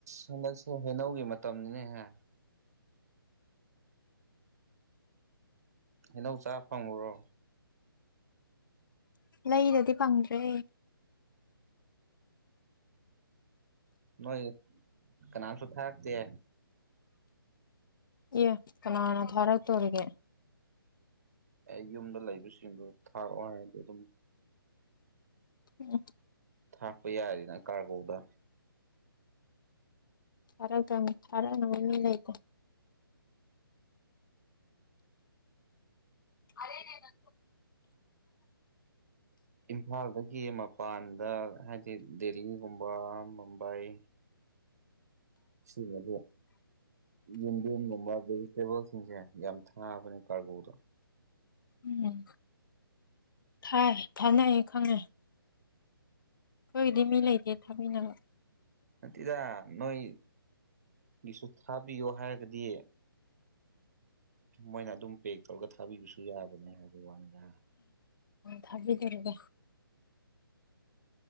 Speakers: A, on the right; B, on the left.
A: ꯍꯟꯗꯛꯁꯦ ꯍꯩꯅꯧꯒꯤ ꯃꯇꯝꯅꯤꯅꯦꯍ ꯑꯩꯅꯧ ꯆꯥ ꯐꯪꯉꯨꯔꯣ
B: ꯂꯩꯗꯗꯤ ꯐꯪꯗ꯭ꯔꯦ
A: ꯅ ꯀꯅꯥꯝꯁꯨ ꯊꯥꯔꯛꯇ
B: ꯑꯦ ꯀꯅꯥꯅ ꯊꯥꯔꯛꯇꯣꯔꯤꯒꯦ
A: ꯑꯦ ꯌꯨꯝꯗ ꯂꯩꯕꯁꯤꯡꯗꯨꯣ ꯊꯥꯔꯛꯑꯣ ꯍꯥꯏꯔꯗꯤ ꯑꯗꯨꯝ
B: ꯎꯝ
A: ꯊꯥꯛꯄ ꯌꯥꯔꯦꯅ ꯀꯥꯔꯒꯧꯗ
B: ꯑꯔꯒꯃꯤ ꯑꯔꯥꯡꯅꯥꯏ ꯑꯔꯦꯅꯦ ꯅ
A: ꯏꯝꯐꯥꯜꯗꯒꯤ ꯃꯄꯥꯟꯗ ꯍꯥꯏꯗꯤ ꯗꯦꯜꯂꯤ ꯀꯨꯝꯕꯥ ꯃꯨꯝꯕꯥꯏ ꯁꯤꯗ ꯌꯦꯟꯗꯤꯦꯝꯒꯨꯝꯕ ꯚꯦꯖꯤꯇꯦꯕꯜꯁꯤꯡꯁꯦ ꯌꯥꯝ ꯊꯥꯕꯅꯦ ꯀꯥꯔꯀꯗꯣ
B: ꯎꯝ ꯊꯥꯏ ꯊꯥꯅꯌꯦ ꯈꯪꯉꯦ ꯑꯩꯈꯣꯏꯒꯤꯗꯤ ꯃꯤ ꯂꯩꯇꯦ ꯊꯥꯃꯤꯟꯅꯕ
A: ꯇꯗ ꯅꯣꯏ ꯒꯤꯁꯨ ꯊꯥꯕꯤ ꯌꯣ ꯍꯥꯏꯔꯗꯤꯦ ꯃꯣꯏꯅ ꯑꯗꯨꯝ ꯄꯦꯛ ꯇꯧꯔꯒ ꯊꯥꯕꯤꯕꯁꯨ ꯌꯥꯕꯅꯦ ꯍꯥꯏꯕ ꯋꯥꯅꯤꯗ
B: ꯊꯕꯤꯗꯔꯒ